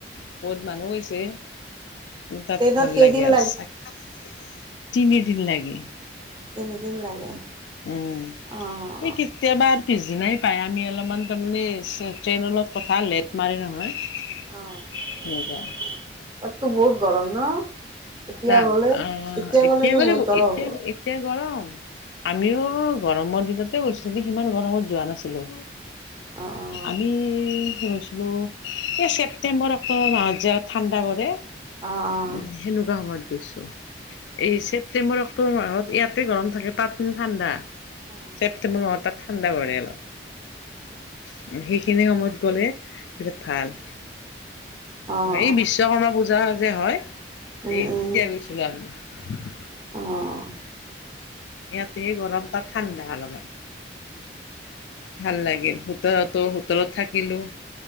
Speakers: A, on the left; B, on the right.
A: বহুত মানুহ গৈছে। তাত
B: ট্ৰেইনত
A: ভাল
B: কেইদিন
A: লাগে আৰু চাই তিনিদিন লাগে।
B: তিনি দিন লাগে।
A: উম
B: অ',
A: এই কেতিয়াবা আৰু পিছদিনাই পায়, আমি অলপমান তাৰমানে ট্ৰেইনৰ লগত কথা লেট মাৰে নহয়।
B: অহ তাততো
A: সেনেকুৱা।
B: বহুত গৰম ন' এতিয়া
A: তাত
B: গ'লে,
A: অ'
B: এতিয়া গ'লেতো
A: গ'লে
B: বহুত গৰম
A: এতিয়া
B: হ'ব।
A: এতিয়া গৰম। আমিও
B: অ',
A: গৰমৰ দিনতে গৈছিলো যদিও সিমান গৰমত যোৱা নাছিলো।
B: অ',
A: আমি। গৈছিলো এই ছেপ্টেম্বৰ, অক্টোবৰ মাহত যে আৰু ঠাণ্ডা পৰে।
B: অ' অহ।
A: উম, সেনেকুৱা সময়ত গৈছো এই ছেপ্টেম্বৰ, অক্টোবৰ মাহত ইয়াতে গৰম থাকে, তাত কিন্তু ঠাণ্ডা।
B: ঠাণ্ডা
A: ছেপ্তেম্বৰ মাহত তাত ঠাণ্ডা পৰে অলপ।
B: অ',
A: সেইখিনি সময়ত গ'লে বিৰাট ভাল।
B: অ',
A: এই বিশ্বকৰ্মা পূজা যে হয়,
B: উম,
A: এই
B: উম,
A: তেতিয়া গৈছিলো আমি
B: অ'।
A: ইয়াতে
B: ঠিকে
A: গৰম
B: আছে।
A: তাত ঠাণ্ডা অলপমান। ভাল লাগিল হোটেলতো, হোটেলত থাকিলো।